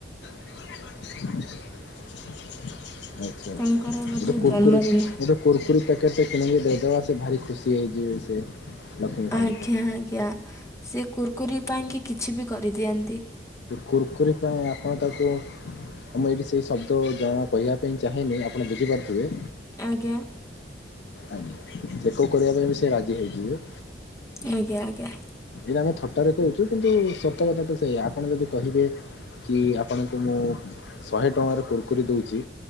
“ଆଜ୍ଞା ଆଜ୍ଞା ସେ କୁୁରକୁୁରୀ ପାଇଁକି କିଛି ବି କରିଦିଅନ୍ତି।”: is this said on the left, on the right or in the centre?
Left